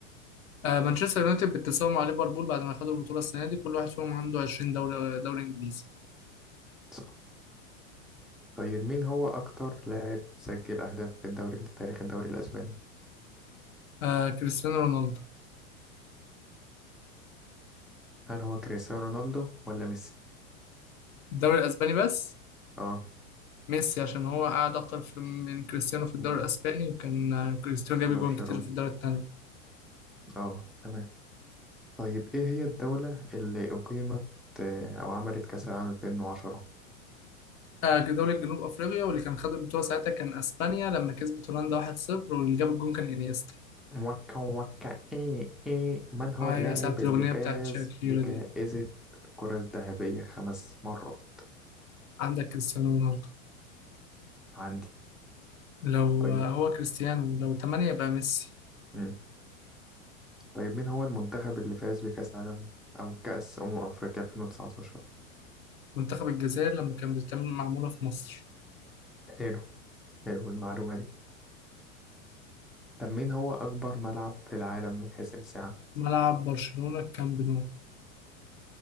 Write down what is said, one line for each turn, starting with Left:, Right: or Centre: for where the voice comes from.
Left: آه مانشستر يونايتد بالتساوي مع ليفربول بعد ما خدوا البطولة السنة دي كل واحد فيهم عنده 20 دوري دوري إنجليزي
Centre: صح طيب مين هو أكتر لاعب سجل أهداف في الدوري في تاريخ الدوري الأسباني؟
Left: آه كريستيانو رونالدو
Centre: هل هو كريستيانو رونالدو ولا ميسي؟
Left: الدوري الأسباني بس
Centre: اه
Left: ميسي عشان هو قعد أكتر في من كريستيانو في
Centre: مم.
Left: الدوري الأسباني وكان آه، كريستيانو جاب
Centre: برشلونة
Left: جوان كتير في الدوري التاني
Centre: اه تمام طيب إيه هي الدولة اللي أقيمت آه، أو عملت كأس العالم 2010
Left: آه دوري جنوب أفريقيا واللي كان خد البطولة ساعتها كان أسبانيا لما كسبت هولندا 1-0 واللي جاب الجون كان إنيستا
Centre: موكا موكا إيه إيه من هو
Left: آه،
Centre: اللاعب
Left: أيوة ساعة
Centre: اللي
Left: الأغنية
Centre: فاز
Left: بتاعت شاكيرا
Centre: بجائزة
Left: دي
Centre: الكرة الذهبية خمس مرات
Left: عندك كريستيانو رونالدو
Centre: عندي
Left: لو
Centre: طيب
Left: آه، هو كريستيانو لو 8 يبقى ميسي
Centre: مم. طيب مين هو المنتخب اللي فاز بكأس عالم أو كأس أمم أفريقيا 2019
Left: منتخب الجزائر لما كان بتتعمل معمولة في مصر
Centre: حلو حلو المعلومة دي طب مين هو أكبر ملعب في العالم من حيث السعة
Left: ملعب برشلونة الكامب نو